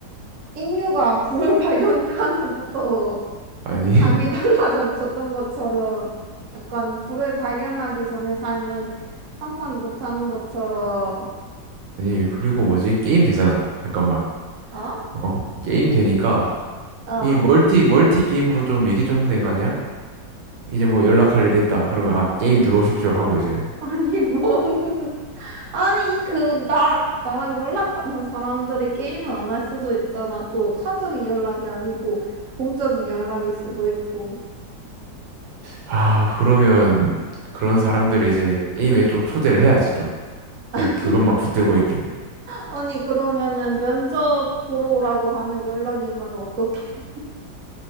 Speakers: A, on the right; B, on the right.
A: 인류가 불을 <laughs> 발견한 후부터
B: 아니, <laughs>
A: 삶이 <laughs> 달라졌던 것처럼 약간 불을 발견하기 전에 삶은 상상 못하는 것처럼
B: 아니, 그리고 뭐지? 게임 되잖아. 잠깐만.
A: 어?
B: 어, 게임 되니까,
A: 어
B: 이 멀티, 멀티 게임으로 좀 얘기 좀 하면 되는 거 아니야? 이제 뭐 연락할 일 있다. 그러면, 아, 게임 들어오십시오. 하고 이제.
A: <laughs> 아니 뭔 <laughs> 아니 그 나 나랑 연락하는 사람들이 게임을 안 할 수도 있잖아 또 사적인 연락이 아니고 공적인 연락일 수도 있고
B: 아, 그러면, 그런 사람들을 이제 게임에 좀 초대를 해야지, 좀.
A: <laughs>
B: 그냥 그것만 붙들고 있게.
A: 아니 그러면은 면접 보러 오라고 하는 연락이면 어떡해